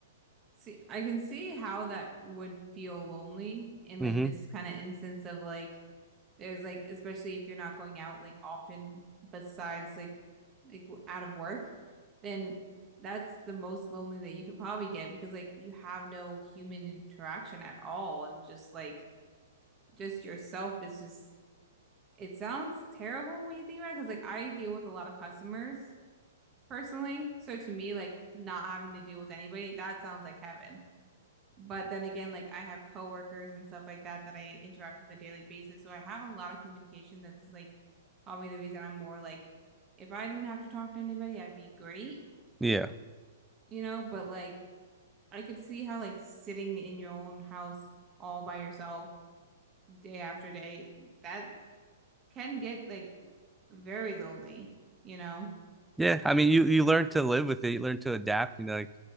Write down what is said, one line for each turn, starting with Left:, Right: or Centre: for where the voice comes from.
Right: See, I can see how that would feel lonely in like
Centre: Mm-hmm.
Right: this kind of instance of like there's like especially if you're not going out like often besides like like w- out of work, then that's the most lonely that you could probably get because like you have no human interaction at all and just like just yourself is just it sounds terrible when you think about it because like I deal with a lot of customers personally. So to me, like not having to deal with anybody, that sounds like heaven. But then again, like I have coworkers and stuff like that that I interact with a daily basis. So I have a lot of communication that's like probably the reason I'm more like if I didn't have to talk to anybody, I'd be great,
Centre: Yeah.
Right: you know, but like I could see how like sitting in your own house all by yourself day after day, that can get like very lonely, you know?
Centre: Yeah. I mean, you, you learn to live with it. You learn to adapt, you know, like,